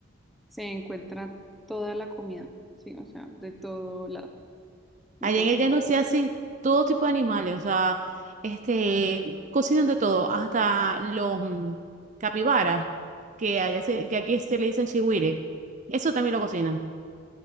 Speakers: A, in the centre; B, on the right.
A: se encuentra toda la comida, sí, o sea, de todo lado. Entonces,
B: Allá en el llano se hacen todo tipo de animales, o sea, este, cocinan de todo, hasta los mm, capibaras, que allá se- que aquí se le dicen chigüire, eso también lo cocinan.